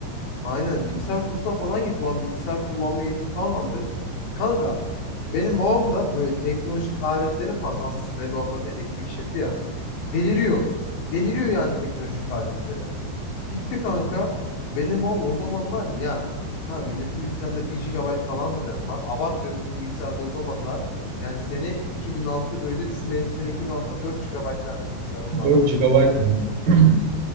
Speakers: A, on the left; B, on the right.
A: Aynen bilgisayar kursuna falan gitti. Babam bilgisayar kullanma eğitimi falan aldı. Kanka benim babam da böyle teknolojik aletlerin falan hastası. Benim babam zaten elektrik şefi ya. Deliriyor. Deliriyor yani teknolojik aletlere. Gitti kanka. Benim babam o zamanlar ya ha milletin bilgisayarında bir gigabayt falan bir RAM var. Abartmıyorum bizim bilgisayarda o zamanlar. Yani sene 2006 öyle düşün. Benim sene 2006'da dört GB RAM'li bilgisayarım vardı.
B: dört GB mı? <clears throat>